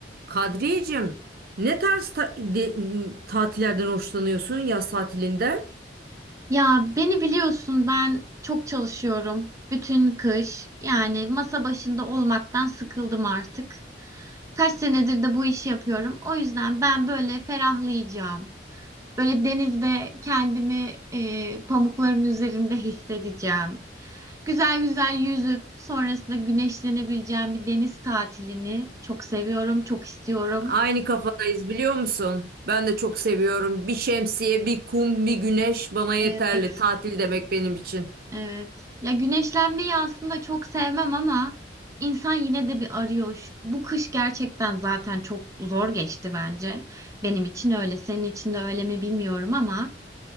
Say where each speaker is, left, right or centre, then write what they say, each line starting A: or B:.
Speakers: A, on the right (about 55°); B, on the right (about 20°).
A: Kadriyeciğim, ne tarz ta- de- tatillerden hoşlanıyorsun yaz tatilinde?
B: Ya beni biliyorsun ben çok çalışıyorum. Bütün kış yani masa başında olmaktan sıkıldım artık. Kaç senedir de bu işi yapıyorum. O yüzden ben böyle ferahlayacağım. Böyle denizde kendimi e, pamukların üzerinde hissedeceğim. Güzel güzel yüzüp sonrasında güneşlenebileceğim bir deniz tatilini çok seviyorum, çok istiyorum.
A: Aynı kafadayız biliyor musun? Ben de çok seviyorum. Bir şemsiye, bir kum, bir güneş bana yeterli.
B: Evet.
A: Tatil demek benim için.
B: Evet. Ya güneşlenmeyi aslında çok sevmem ama insan yine de bir arıyor. Şu- Bu kış gerçekten zaten çok zor geçti bence. Benim için öyle. Senin için de öyle mi bilmiyorum ama.